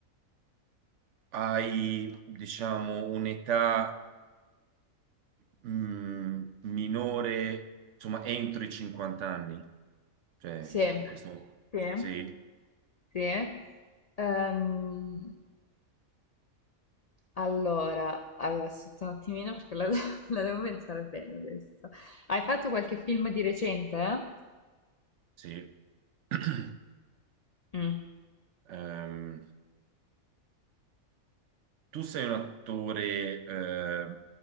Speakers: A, on the right (about 65°); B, on the left (about 75°).
A: hai, diciamo, un'età mh, minore, insomma, entro i 50 anni, cioè
B: Sì,
A: in questo
B: sì.
A: sì,
B: Sì. Ehm, allora, allora, aspetta un attimino perché la, <laughs> la devo pensare bene adesso. Hai fatto qualche film di recente?
A: sì. <clears throat>
B: Mm,
A: Ehm, tu sei un attore eh,